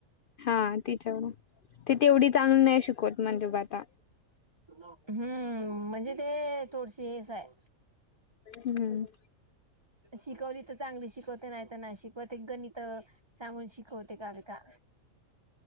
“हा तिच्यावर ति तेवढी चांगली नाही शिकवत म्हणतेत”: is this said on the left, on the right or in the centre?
Left